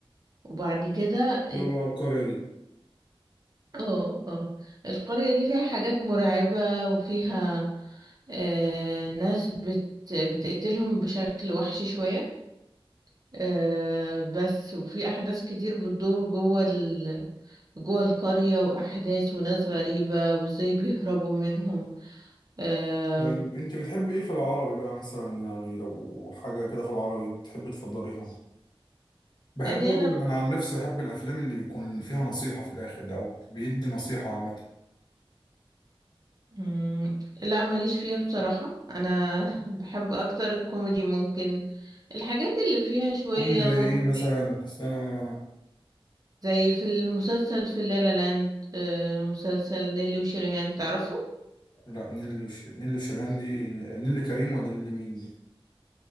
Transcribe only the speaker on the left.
كل بقى القريه دي
طيب انت بتحبي ايه في العربي بقى مثلا يعني لو حاجه كده في العربي تحبي تفضليها بحب
برضه
انا عن نفسي بحب الافلام اللي بيكون فيها نصيحه في الاخر ده او بيدي نصيحه عامه
كوميدي زي
ايه مثلا بس انا
لا نيللي وش... نيللي وشريهان دي نيللي كريم ولا نيللي مين دي